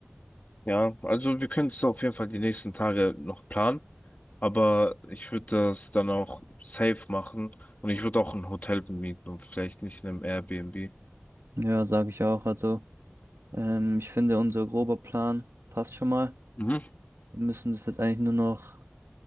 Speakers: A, on the left; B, on the right.
A: ja, also wir können es auf jeden Fall die nächsten Tage noch planen. Aber ich würde das dann auch safe machen. Und ich würde auch ein Hotel bemieten und vielleicht nicht in einem Airbnb.
B: Ja, sage ich auch. Also, ähm, ich finde, unser grober Plan passt schon mal.
A: Mhm.
B: Wir müssen das jetzt eigentlich nur noch